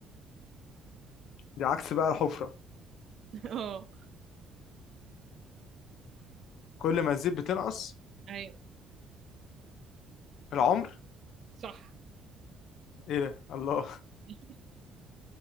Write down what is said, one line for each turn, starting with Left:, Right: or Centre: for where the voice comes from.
Left: دي عكس بقى الحفرة
Right: <laughs> اه
Left: كل ما تزيد بتنقص
Right: أيوة
Left: العمر
Right: صح
Left: ايه ده الله
Right: <laughs>